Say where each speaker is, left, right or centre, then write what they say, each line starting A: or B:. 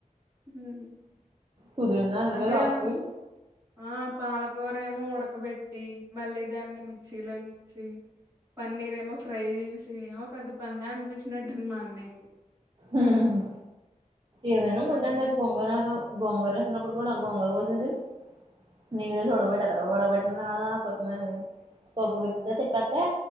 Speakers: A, on the right (about 20°); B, on the right (about 35°).
A: మ్
B: కుదిరిందా అందుకే
A: అంటే
B: లాస్ట్
A: మనం
B: కి
A: ఆ పాలకూర్ మేము ఉడకబెట్టి మల్లి దాన్ని మిక్సిలో నుంచి పన్నీర్ ఏమో ఫ్రై జేసి ఏమో పెద్ద పన్లా అన్పించినట్టుంది మా అన్నయ్యకి
B: ఉ హు ఏదైన ముందండి
A: అందుకే
B: అది గొంగర గొంగర ఏసినప్పుడు గుడ గోంగూర పచ్చడి నీదయితే ఓడగొటత్తరు
A: హ్మ్,
B: <unintelligible> తరువాత కొతిమీరు అవి పప్పుగుతితొ తిప్పేతే